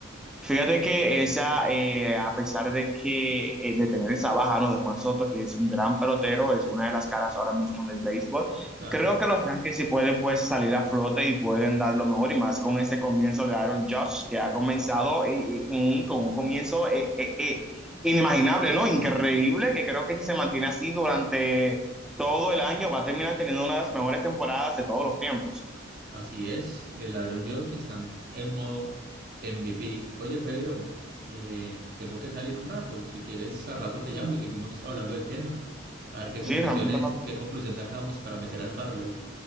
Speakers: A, in the centre; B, on the right.
A: Fíjate que esa, eh, a pesar de que eh, de tener esa baja, ¿no? De Juan Soto, que es un gran pelotero, es una de las caras ahora mismo del béisbol,
B: claro.
A: creo que los Yankees sí pueden pues salir a flote y pueden dar lo mejor y más con ese comienzo de Aaron Judge, que ha comenzado eh, eh, un- con un comienzo eh, eh, eh, inimaginable, ¿no? Increíble, que creo que si se mantiene así durante todo el año va a terminar teniendo una de las mejores temporadas de todos los tiempos.
B: Así es, el ladrón George están en modo MVP. Oye, Pedro, eh, tengo que salir un rato. Si quieres, al rato te llamo y seguimos hablando del tema. A ver qué
A: Sí,
B: conclusiones,
A: realmente
B: qué conclusión sacamos para meter al parlay.